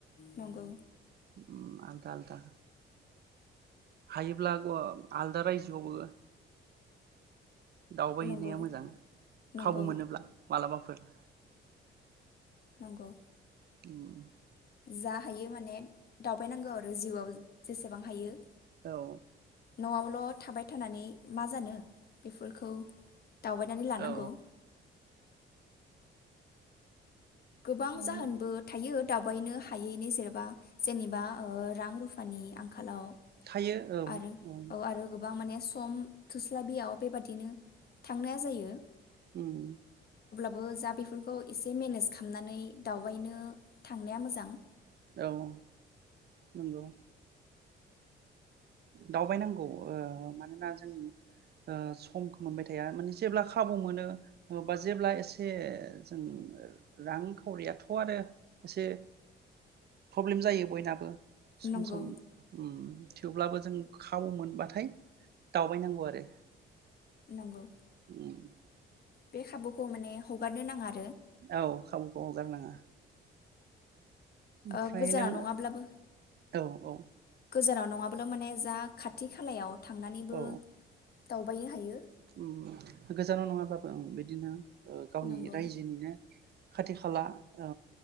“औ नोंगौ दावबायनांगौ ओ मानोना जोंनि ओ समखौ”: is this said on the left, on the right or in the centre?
Right